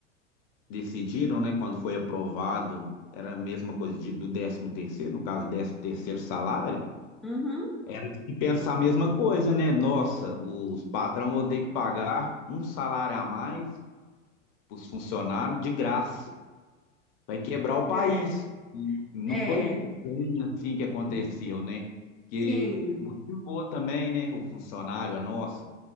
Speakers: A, on the left; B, in the centre.
A: decidiram, né? Quando foi aprovado, era a mesma coisa de- do décimo terceiro, no caso, décimo terceiro salário.
B: Uhum.
A: Era de se pensar a mesma coisa, né? Nossa, os patrão vão ter que pagar um salário a mais para os funcionários de graça. Vai quebrar o país.
B: É,
A: E não
B: é,
A: foi bem assim que aconteceu, né? Que
B: sim,
A: motivou também, né? O funcionário, a nossa,